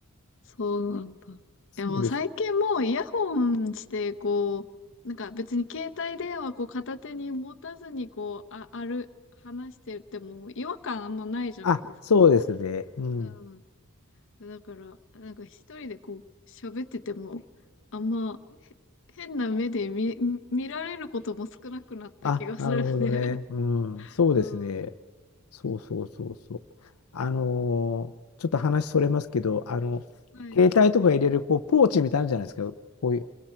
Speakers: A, on the left; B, on the left.
A: そうなんだ。
B: そうです。
A: え、もう最近もうイヤホンして、こう、なんか別に携帯電話こう片手に持たずにこう、あ、ある、話してても違和感あんまないじゃないですか。
B: あ、そうですね。うん。
A: うんだから、なんか一人でこう喋ってても、あんまへ変な目で見、見られることも少なくなった気がするね。
B: あ、なるほどね。うん、
A: <laughs>
B: そうですね。
A: うん。
B: そうそうそうそう。あのーちょっと話それますけど、あの、
A: はい。
B: 携帯とか入れるこうポーチみたいなのあるじゃないですか。こういう、